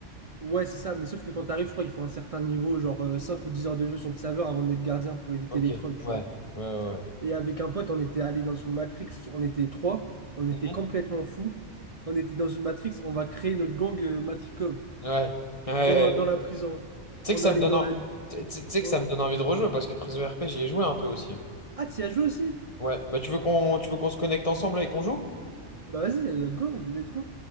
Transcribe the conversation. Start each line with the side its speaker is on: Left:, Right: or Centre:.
Right: ouais, c'est ça. Mais sauf que quand t'arrives, je crois qu'il faut un certain niveau, genre euh, 5 ou 10 heures de jeu sur le serveur avant d'être gardien pour éviter
Left: Ok,
Right: les
Left: ouais,
Right: trolls, tu
Left: ouais,
Right: vois.
Left: ouais. ouais.
Right: Et avec un pote, on était allé dans une matrix, on était trois, on était
Left: Mhm.
Right: complètement fous. On était dans une matrix, on va créer notre gang euh, Matrikov
Left: Ouais. Ouais,
Right: dans, dans
Left: ouais.
Right: la prison.
Left: Tu
Right: On
Left: sais que ça
Right: allait
Left: me donne
Right: dans
Left: en-
Right: la.
Left: tu tu- tu sais que
Right: Oh.
Left: ça me donne envie de rejouer parce que Prison R P j'y ai joué un peu aussi.
Right: Ah, t'y as joué aussi?
Left: Ouais, bah tu veux qu'on tu veux qu'on se connecte ensemble là et qu'on joue?
Right: Bah vas-y, euh, go, let's go.